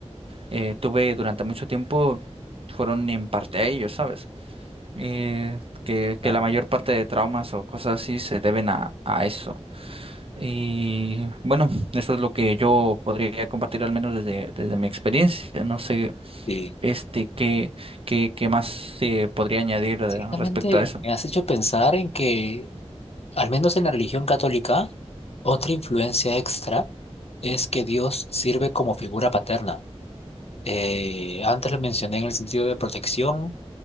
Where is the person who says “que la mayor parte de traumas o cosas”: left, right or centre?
Right